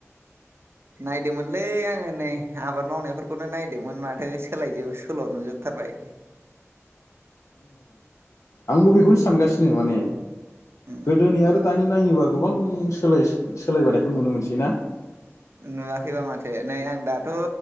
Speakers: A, on the right; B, on the left.
A: नायदोंमोनलै आङो नै आबाद मावनायाव बेफोरखौनो नायदोंमोन माथो सोलायजो सोल' नुजोबथारबाय।
B: आंबो बेखौनो सानगासिनो माने
A: उम
B: गोदोनि आरो दानि नायोबा गोबां सोल सोलायबोनायखौ नुनो मोनसै ना।
A: नुवाखैबा माथो नै आं दाथ'